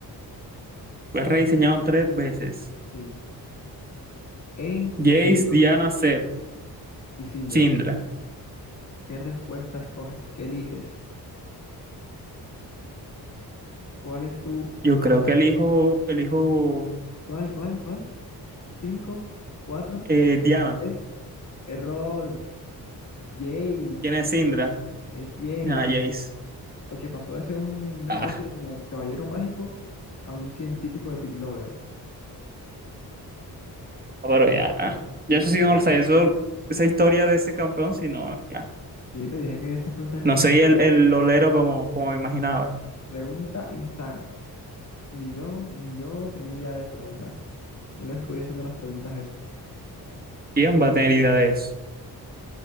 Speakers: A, on the right; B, on the left.
A: Fue rediseñado tres veces.
B: Sí. En
A: Jace,
B: dos mil dos
A: Diana, Zed,
B: Y Sindra,
A: Syndra.
B: ¿qué respuesta escoges? ¿Qué eliges? ¿Cuál es tu?
A: Yo creo que elijo, elijo
B: ¿Cuál, cuál, cuál? ¿Cinco? ¿Cuatro?
A: eh, Diana.
B: ¿Tres? Error. Yay.
A: ¿Quién es Indra?
B: Es Yay.
A: Ah, Jace.
B: Porque pasó de ser un- una
A: Ah,
B: especie de como caballero mágico a un científico de Pit Lover.
A: pero ya.
B: Perdiste,
A: Ya eso sí no
B: perdiste.
A: lo sabía. Eso, esa historia de ese campeón, si no, ya.
B: Sí, te dije que esas preguntas eran
A: No
B: insanas.
A: soy el, el olero como, como me imaginaba.
B: Pregunta insana. Ni yo, ni yo tenía idea de eso, la verdad. Yo lo descubrí haciendo las preguntas eso.
A: ¿Quién va a tener idea de eso?